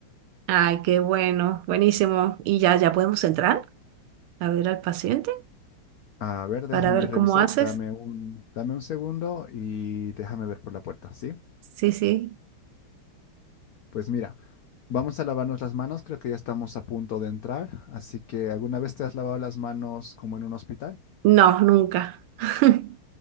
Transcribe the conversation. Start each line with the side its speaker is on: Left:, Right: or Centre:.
Right: Ay, qué bueno, buenísimo. Y ya, ya podemos entrar a ver al paciente
Left: A ver, déjame
Right: para ver
Left: revisar,
Right: cómo haces.
Left: dame un, dame un segundo y déjame ver por la puerta, ¿sí?
Right: Sí, sí.
Left: Pues mira, vamos a lavarnos las manos, creo que ya estamos a punto de entrar, así que ¿alguna vez te has lavado las manos como en un hospital?
Right: No, nunca. <laughs>